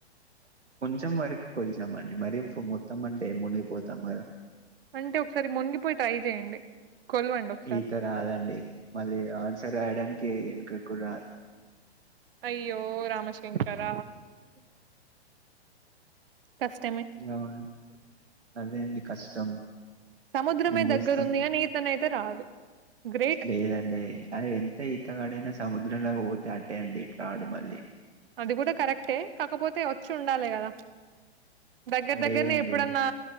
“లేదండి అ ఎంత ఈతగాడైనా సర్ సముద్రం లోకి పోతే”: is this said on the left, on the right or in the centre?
Right